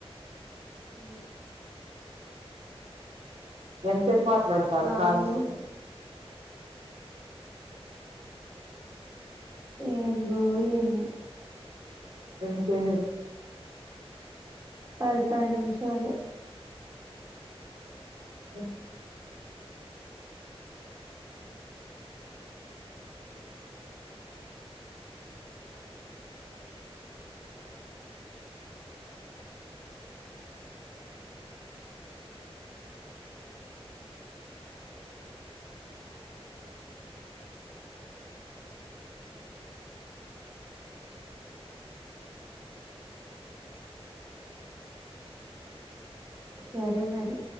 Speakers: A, on the right; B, on the right.
A: అ
B: ఎంతసేపు మాట్లాడతారు
A: నాకు
B: కాల్స్ మీరు
A: ఏందో ఏమో
B: ఎందుకే
A: పది పది నిమిషాలే
B: ఆఓ
A: సరే మరి